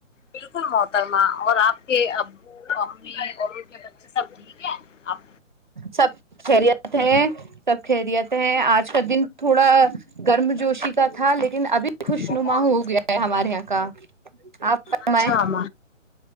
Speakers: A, on the left (about 70°); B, on the right (about 40°).
A: بالکل محترما اور آپ کے ابو امی اور ان کے بچے سب ٹھیک ہے آپ
B: سب خریت ہیں سب خریت ہیں آج کا دن تھوڑا گرم جوشی کا تھا لیکن ابھی خوش
A: بہت
B: نما ہو گیا ہے ہمارے یہاں کا آپ فرمائیں
A: اچھا ہم